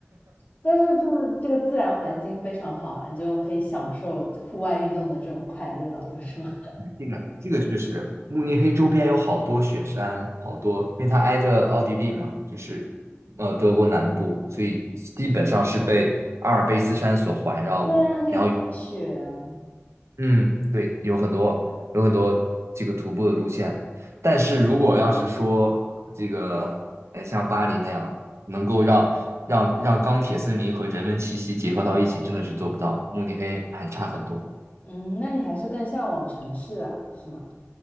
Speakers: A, on the left; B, on the right.
A: 但是就是这个自然环境非常好啊，你就可以享受户外运动的这种快乐，不是吗？
B: 这个这个确实，慕尼黑周边有好多雪山，好多，因为它挨着奥地利嘛，就是呃德国南部，所以基本上是被阿尔卑斯山所环绕的。
A: <laughs> 对啊，还可以滑雪啊。
B: 然后嗯，对，有很多有很多这个徒步的路线，但是如果要是说这个，呃，像巴黎那样能够让让让钢铁森林和人文气息结合到一起，真的是做不到的。慕尼黑还差很多。
A: 嗯，那你还是更向往城市啊，是吗？